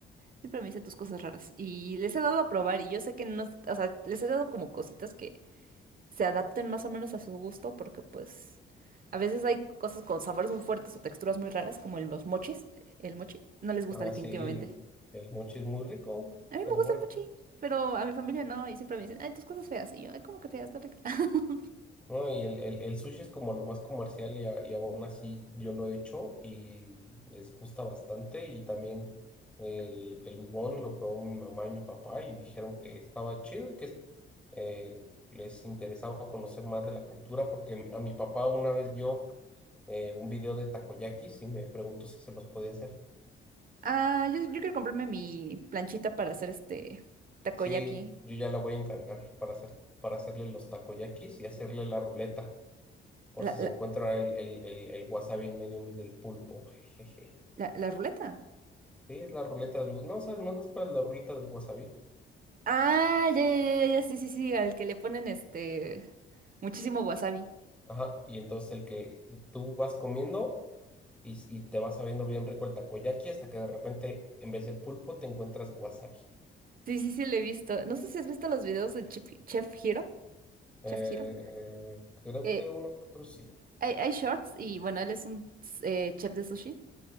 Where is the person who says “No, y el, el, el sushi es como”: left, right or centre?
Centre